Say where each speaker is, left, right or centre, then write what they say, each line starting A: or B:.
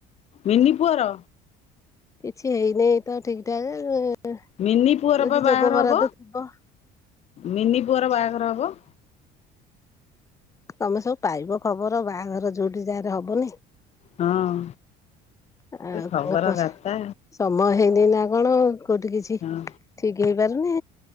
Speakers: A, on the left; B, on the left.
A: ମିନି ପୁଅର।
B: କିଛି ହେଇନିଁ ତ ଠିକ ଠାକ
A: ମିନି ପୁଅର
B: ଯଦି
A: ବା ବାହାଘର
B: ଯୋଗ ବରାଦ
A: ହବ
B: ଥିବ।
A: ମିନି ପୁଅର ବାହାଘର ହବ।
B: ତମେ ସବୁ ପାଇବ ଖବର ବାହାଘର ଯୋଉଠି ଯାହାର ହବନି।
A: ହଁ।
B: ଆଉ
A: ଏ ଖବର
B: କଁ କସ
A: ଦାତା
B: ସମୟ ହେଇନି ନା କଣ କୋଉଠି କିଛି
A: ହଁ
B: ଠିକ ହେଇପାରୁନି